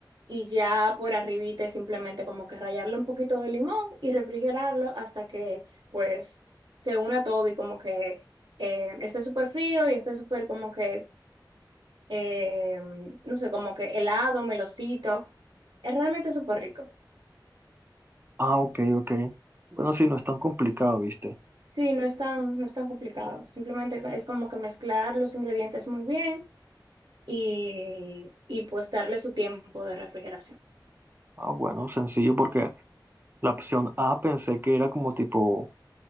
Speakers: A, on the right; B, on the right.
A: y ya por arribita es simplemente como que rallarle un poquito de limón y refrigerarlo hasta que pues se una todo y como que eh, esté súper frío y esté súper como que eh, no sé, como que helado, melocito. Es realmente súper rico.
B: Ah, ok, ok. Bueno, sí, no es tan complicado, ¿viste?
A: Sí, no es tan, no es tan complicado. Simplemente es como que mezclar los ingredientes muy bien y, y pues darle su tiempo de refrigeración.
B: Ah, bueno, sencillo porque la opción A pensé que era como tipo.